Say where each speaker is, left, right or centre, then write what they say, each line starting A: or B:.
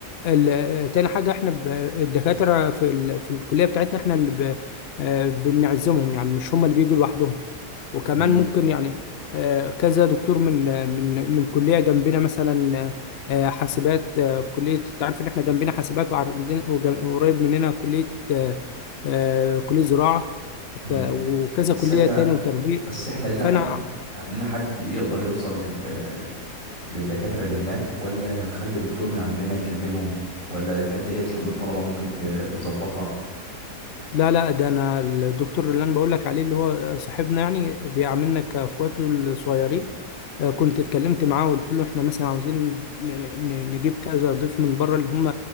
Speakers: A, on the left (about 75°); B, on the left (about 30°).
A: ال... تاني حاجة احنا ب... الدكاترة في ال... في الكلية بتاعتنا احنا اللي ب... آه، بنعزمهم يعني مش هم اللي بيجوا لوحدهم وكمان
B: امم
A: ممكن يعني آه، كذا دكتور من آه، من من كلية جنبنا مثلا آه، آه، حاسبات آه، كلية انت عارف ان احنا جنبنا حاسبات وعندنا وجن- وقريب مننا كلية آه، آه، كلية زراعة
B: امم
A: ف... وكذا
B: بس
A: كلية
B: احنا
A: تاني وتربية
B: بس احنا لينا
A: فانا
B: حد لينا حد يقدر يوصل لل... للدكاترة اللي هناك ولا هنخلي دكتور من عندنا يكلمهم ولا الحتة ديت شؤون الطلبة ممكن ت- تظبطها
A: لا لا ده انا الدكتور اللي انا بقول لك عليه اللي هو آه، صاحبنا يعني بيعاملنا كاخواته الصغيرين آه، كنت اتكلمت معاه وقلت له احنا مثلا عاوزين ن- ن- نجيب كذا ضيف من بره اللي هم